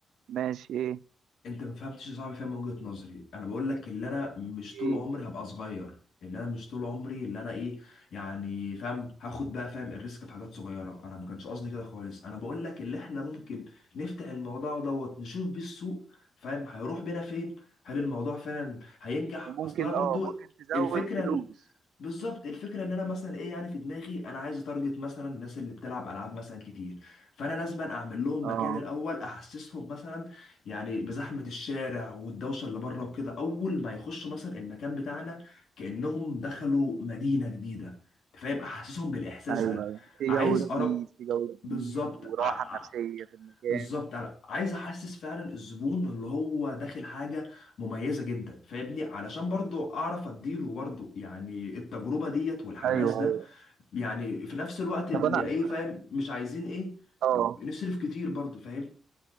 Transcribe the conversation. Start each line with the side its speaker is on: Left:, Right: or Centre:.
Right: ماشي ايه
Left: انت ما فهمتش يا صاحبي فاهم وجهة نظري انا بقول لك اللي انا مش
Right: ايه
Left: طول عمري هبقى صغير اللي انا مش طول عمري اللي انا ايه يعني فاهم هاخد بقى فاهم الريسك في حاجات صغيرة انا ما كانش قصدي كده خالص انا بقول لك اللي احنا ممكن نفتح الموضوع دوت نشوف بيه السوق فاهم هيروح بينا فين هل الموضوع فعلا هينجح
Right: وممكن
Left: اصل انا برضو
Right: اه ممكن تزود
Left: الفكرة
Right: فلوس
Left: بالظبط الفكره ان انا مثلا ايه يعني في دماغي انا عايز اتارجت مثلا الناس اللي بتلعب العاب مثلا كتير فانا لازم اعمل لهم
Right: اه
Left: مكان الاول احسسهم مثلا يعني بزحمه الشارع والدوشه اللي بره وكده اول ما يخشوا مثلا المكان بتاعنا كانهم دخلوا مدينه جديده أنت فاهم احسسهم بالاحساس
Right: يعني ايوه
Left: ده
Right: ايوه في
Left: عايز
Right: جو
Left: اقرب
Right: جديد في جو
Left: بالظبط
Right: جديد وراحة
Left: ع-
Right: نفسية في المكان
Left: بالظبط انا عايز احسس فعلا الزبون اللي هو داخل حاجه مميزه جدا فاهمني علشان برضو اعرف اديله برضو يعني التجربه ديت والحماس
Right: ايوه
Left: ده
Right: ايوه
Left: يعني في نفس الوقت اللي
Right: طب انا
Left: ايه فاهم مش عايزين ايه
Right: اه
Left: نصرف كتير برضو فاهم